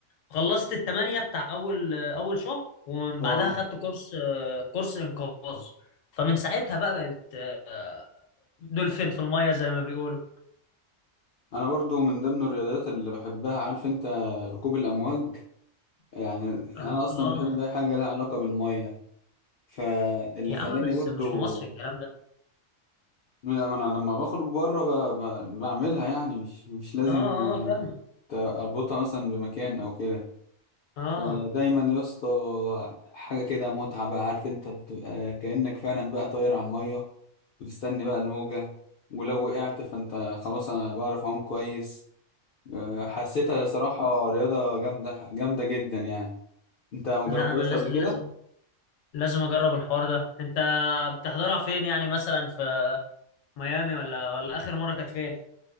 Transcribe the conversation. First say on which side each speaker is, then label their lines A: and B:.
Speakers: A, on the left (about 80°); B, on the left (about 60°).
A: خلصت التمانية بتاع اول اول شهر ومن
B: اه
A: بعدها خدت كورس كورس انقاذ فمن ساعتها بقى بقت آه، دولفين في الميه زي ما بيقولوا
B: انا برضو من ضمن الرياضيات اللي بحبها عارف انت ركوب الامواج يعني
A: قالوا
B: انا اصلا
A: اه
B: بحب اي حاجه لها علاقه بالميه فاللي
A: يا
B: خلاني
A: عم بس
B: برضو
A: مش في مصر الكلام ده
B: انا لما بخرج بره ب... ب... بعملها يعني مش مش لازم
A: اه اه فاهمه
B: ت- اربطها مثلا بمكان او كده
A: اه
B: فدايما يا اسطى حاجه كده متعه بقى عارف انت بتبقى كانك فعلا بقى طاير على الميه وتستني بقى الموجه ولو وقعت فانت خلاص انا بعرف اعوم كويس آه، حسيتها صراحة رياضة جامدة جامدة جدا يعني انت ما
A: لا
B: جربتهاش
A: انا لازم
B: قبل كده
A: لازم لازم اجرب الحوار ده انت بتحضرها فين يعني مثلا في ميامي ولا ولا اخر مره كانت فين